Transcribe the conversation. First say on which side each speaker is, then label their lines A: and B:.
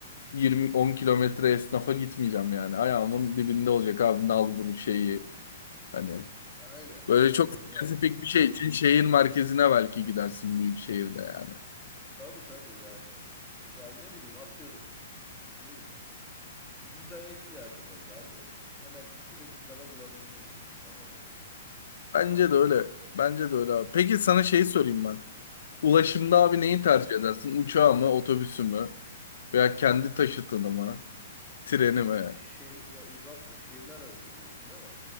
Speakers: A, on the left (about 70°); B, in the centre.
A: Yirmi 10 kilometre esnafa gitmeyeceğim yani. Ayağımın dibinde olacak abi nal bunu şeyi. Hani
B: Aynen
A: böyle
B: aynen
A: çok spesifik
B: yani.
A: bir şey için şehir merkezine belki gidersin büyük şehirde yani.
B: Tabii tabii yani. Ya ne bileyim atıyorum. Bir vidaya ihtiyacın oldu abi. Hemen iki dakikada bulabilmelisin tamam mı?
A: Bence de öyle. Bence de öyle abi. Peki sana şey sorayım ben. Ulaşımda abi neyi tercih edersin? Uçağı mı, otobüsü mü? Veya kendi taşıtını mı? Treni mi?
B: Şeh- ya uzak şehirler arası diyorsun değil mi?